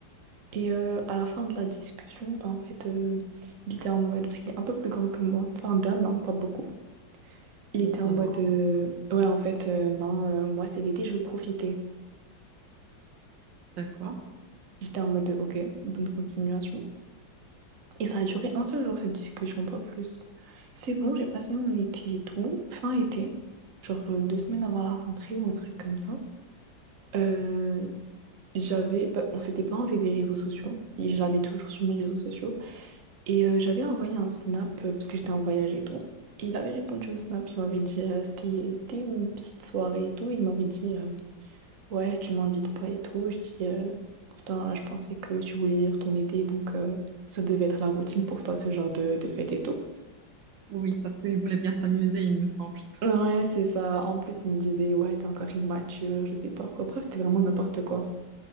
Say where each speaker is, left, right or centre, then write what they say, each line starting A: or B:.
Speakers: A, on the right (about 50°); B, on the right (about 70°).
A: Et euh, à la fin de la discussion, bah, en fait, euh, il était en mode, parce qu'il est un peu plus grand que moi, enfin d'un an, pas beaucoup. Il
B: bon,
A: était
B: ça
A: en mode
B: va.
A: euh, ouais en fait euh, non euh, moi c'est l'été je veux profiter.
B: D'accord.
A: J'étais en mode euh, ok bonne continuation et ça a duré un seul jour cette discussion pas plus. C'est bon j'ai passé mon été et tout fin été genre euh, deux semaines avant la rentrée ou un truc comme ça. Euh, j'avais bah, on s'était pas enlevé des réseaux sociaux et je l'avais toujours sur mes réseaux sociaux et euh, j'avais envoyé un snap euh, parce que j'étais en voyage et tout. Et il avait répondu au snap il m'avait dit euh, c'était c'était une petite soirée et tout il m'avait dit euh, Ouais, tu m'invites pas et tout. Je dis, euh, pourtant, je pensais que tu voulais vivre ton été, donc euh, ça devait être la routine pour toi, ce genre de, de fête et tout.
B: Oui, parce qu'il voulait bien s'amuser, il me semble.
A: Ouais, c'est ça. En plus, il me disait, ouais, t'es encore immature, je sais pas quoi. Bref, c'était vraiment n'importe quoi.